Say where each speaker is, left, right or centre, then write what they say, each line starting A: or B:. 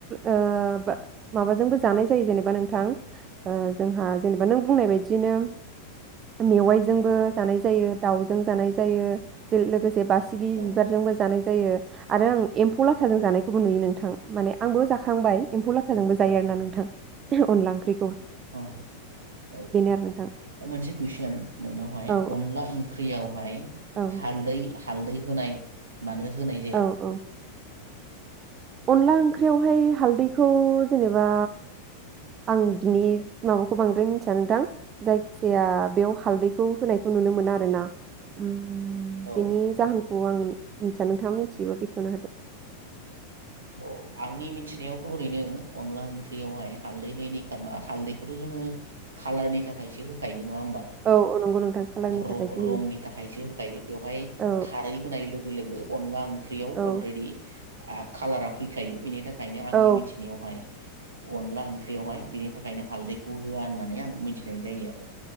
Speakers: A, on the right (about 30°); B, on the right (about 70°).
A: ओ माबाजोंबो जानाय जायो जेनेबा नोंथां ओ जोंहा नों बुंनाय बायदिनो मेवायजोंबो जानाय जायो दावजों जानाय जायो जेरै लोगोस से बासिगि
B: औ
A: बिबारजोंबो जानाय जायो आरो आं एम्फौ लाथाजों जानायखौबो नुयो नोंथां माने आंबो जा खांबाय एम्फौ लाथाजोंबो जायो आरो ना नों थां अनला ओंख्रि
B: <unintelligible>
A: आरो नोंथां
B: मोनसे कुइसन नोंनावहाय
A: औ
B: अनला ओंख्रियावहाय
A: औ
B: हालदै हालदै होनाय मानो होनाय जाया
A: औ औ अनला ओंख्रियावहाय हालदैखौ जेनेबा आं बिनि माबाखौ बांद्राय मिथिया नोंथां जायखिजाया बेयाव हालदैखौ होनायखौ नुनो मोना आरो ना उम
B: औ
A: बिनि जाहोनखौ आं मिथिया नों थाङा मिनथियोबा बेखेवना होदो
B: अ आंनि मिथिनायावथ ओरैनो अनला ओंख्रियावहाय हालदै होयैनि खारना हालदैखौथ जोङो खालारनि थाखायसो होखा यो नङा होमबा
A: औ औ नंगौ नोंथां कालारनि
B: र-रंनि
A: थाखायसो होयो
B: थाखायसो होखायो बेवहाय
A: औ
B: खारै होनाय लोगो लोगो अनला ओंख्रियाव
A: औ
B: अलरेदि आ खालारा फैखायो बिनि था खायनो आंनि
A: औ
B: मिथिनायावहाय अनला ओंख्रियावहाय बेनि थाखायनो हालदैखौ होआ होननानै आं मिनथिनाय जायो आ मानो